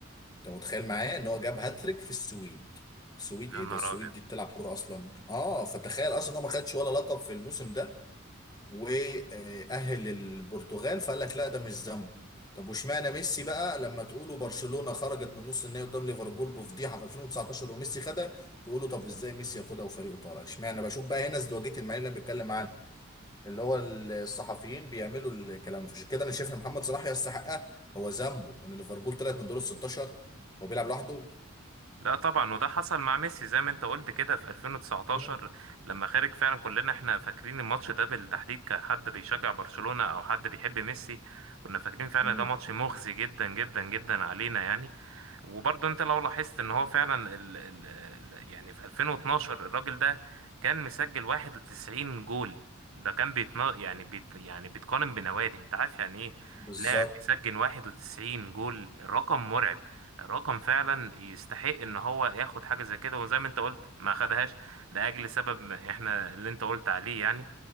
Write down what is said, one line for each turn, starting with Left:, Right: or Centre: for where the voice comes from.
Left: انت متخيل معايا ان هو جاب هاتريك في السويد السويد ايه
Right: يا نهار
Left: ده السويد
Right: ابيض
Left: دي بتلعب كورة اصلا اه فتخيل اصلا ان هو ما خدش ولا لقب في الموسم ده واهل البرتغال فقال لك لا ده مش ذنب طب واشمعنى ميسي بقى لما تقولوا برشلونة خرجت من نص النهائي قدام ليفربول بفضيحة في 2019 وميسي خدها تقولوا طب ازاي ميسي ياخدها وفريقه طالع اشمعنى بشوف بقى هنا ازدواجية المعايير اللي أنا بتكلم عنها اللي هو الصحفيين بيعملوا الكلام فعشان كده انا شايف ان محمد صلاح يستحقها هو ذنبه ان ليفربول طلعت من دور ال 16 هو بيلعب لوحده
Right: لا طبعا وده حصل مع ميسي زي ما انت قلت كده في 2019
Left: مم.
Right: لما خرج فعلا كلنا احنا فاكرين الماتش ده بالتحديد كحد بيشجع برشلونة او حد بيحب ميسي كنا فاكرين فعلا
Left: مم.
Right: ده ماتش مخزي جدا جدا جدا علينا يعني وبرضه انت لو لاحظت ان هو فعلا ال ال ال- يعني في 2012 الراجل ده كان مسجل 91 جول ده كان بيتنا يعني بيت يعني بيتقارن بنوادي انت عارف يعني ايه
Left: بالظبط
Right: لاعب بيسجل 91 جول رقم مرعب رقم فعلا يستحق ان هو ياخد حاجه زي كده وزي ما انت قلت ما خدهاش لاجل سبب ما احنا اللي انت قلت عليه يعني